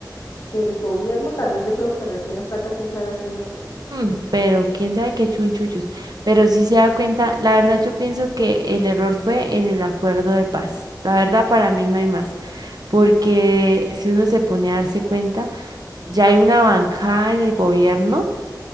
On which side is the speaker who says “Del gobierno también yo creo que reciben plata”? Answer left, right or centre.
Left